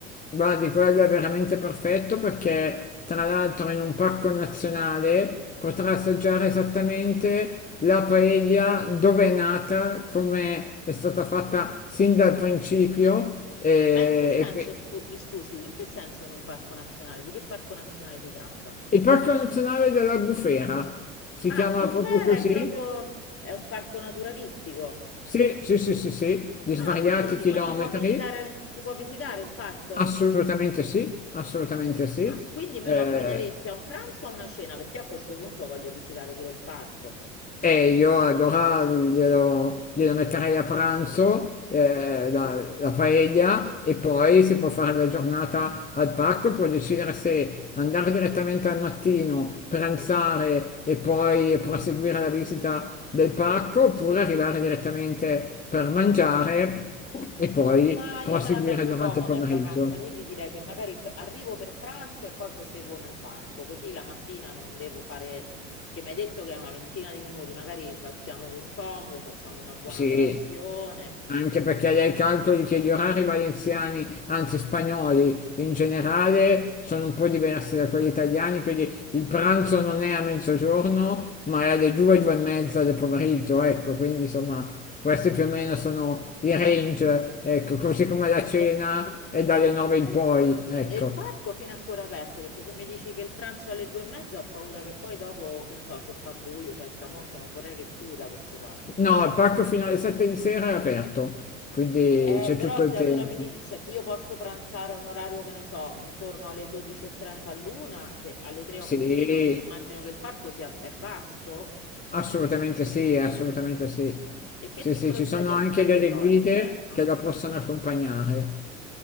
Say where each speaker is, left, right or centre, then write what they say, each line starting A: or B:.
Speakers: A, on the left; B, on the left.
A: Guardi, quello è veramente perfetto perché tra l'altro in un parco nazionale potrà assaggiare esattamente la paella dove è nata, come è stata fatta sin dal principio. E,
B: Ma in che senso,
A: e qui-
B: scu- mi scusi, in che senso in un parco nazionale? Di che parco nazionale si tratta?
A: il parco nazionale dell'Albufera si
B: Ah,
A: chiama
B: Bufera
A: proprio così?
B: è proprio, è un parco naturalistico.
A: Sì, sì, sì, sì, sì, di svariati
B: Ah, quindi ci-
A: chilometri.
B: ma si può visitare, si può visitare il parco?
A: Assolutamente sì, assolutamente sì.
B: Ah, quindi me
A: Eh,
B: lo abbineresti a un pranzo o a una cena? Perché io a questo punto voglio visitare pure il parco.
A: e io allora glielo, glielo metterei a pranzo, eh,
B: Ok.
A: la, la paella, e poi si può fare la giornata al parco, può decidere se andare direttamente al mattino, pranzare e poi proseguire la visita del parco, oppure arrivare direttamente per mangiare e poi
B: Ma
A: proseguire
B: io me la prendo
A: durante
B: comoda
A: il pomeriggio.
B: in vacanza, quindi direi che magari p- arrivo per pranzo e poi proseguo nel parco, così la mattina non devo fare, che mi hai detto che è una ventina di minuti, magari ci alziamo con comodo, facciamo una buona
A: Sì,
B: colazione.
A: anche perché lei calcoli che gli orari valenziani, anzi spagnoli in generale, sono un po' diversi da quelli italiani, quindi il pranzo non è a mezzogiorno, ma è alle due, due e mezza del pomeriggio, ecco, quindi insomma questi più o meno sono i range, ecco, così come la cena
B: E,
A: è dalle
B: eh,
A: nove in poi, ecco.
B: e il parco fino a che ora è aperto? Perché se mi dici che il pranzo è alle due e mezza ho paura che poi dopo, che ne so, se fa buio, c'è il tramonto, non vorrei che chiuda questo parco.
A: No, il parco fino alle sette di sera è aperto, quindi
B: Eh,
A: c'è
B: però
A: tutto
B: se
A: il tempo.
B: allora mi dici, cioè se io posso pranzare a un orario che ne so, intorno alle 12.30 all'una, che alle 3
A: Sì.
B: ho finito, perché immagino che il parco sia è vasto,
A: Assolutamente sì, assolutamente sì.
B: e che
A: Sì,
B: tipologia
A: sì, ci sono
B: di animali
A: anche delle
B: vedrò
A: guide
B: all'interno?
A: che la possono accompagnare.